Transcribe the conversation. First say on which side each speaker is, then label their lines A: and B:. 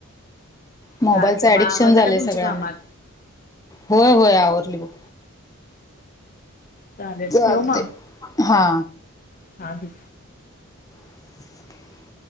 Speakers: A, on the left (about 15°); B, on the left (about 40°).
A: मोबाईलच
B: चालतय
A: ऍडिक्शन
B: मग आवरलं
A: झाले
B: का तुमची
A: सगळ्यांना
B: कामात
A: होय होय आवरली बुक.
B: चालेल
A: चालते
B: ठेऊ मग.
A: हा.
B: हादी.
A: <inaudible>